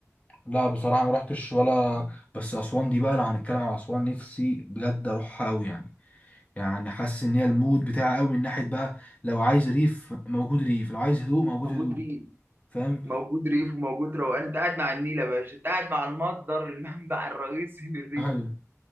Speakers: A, on the left (about 25°); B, on the right (about 40°).
A: لا بصراحه ما رحتش ولا بس اسوان دي بقى لو هنتكلم على اسوان نفسي بجد اروحها قوي يعني يعني حاسس ان هي المود بتاعي قوي من ناحيه بقى لو عايز ريف موجود ريف لو عايز هدوء موجود
B: موجود
A: هدوء
B: ريف
A: فاهم
B: موجود ريف وموجود روقان أنت قاعد مع النيل يا باشا أنت قاعد مع المصدر المنبع الرئيسي <laughs> للريف
A: ايوه